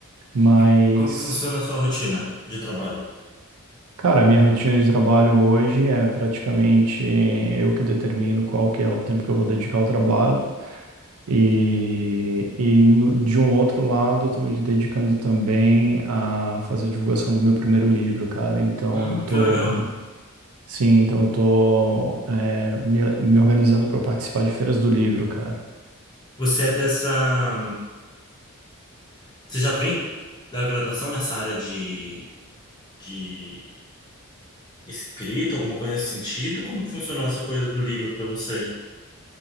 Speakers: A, on the right; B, on the left.
A: Mas,
B: E como que funciona a sua rotina de trabalho?
A: cara, minha rotina de trabalho hoje é praticamente eu que determino qual que é o tempo que eu vou dedicar ao trabalho. E, e no- de um outro lado, estou me dedicando também a fazer a divulgação do meu primeiro livro, cara. Então,
B: Hum,
A: eu tô
B: que legal.
A: Sim, então eu tô é, me, me organizando para participar de feiras do livro, cara.
B: Você é dessa Você já vem da graduação nessa área de, de escrita, alguma coisa nesse sentido? Como que funcionou essa coisa do livro para você?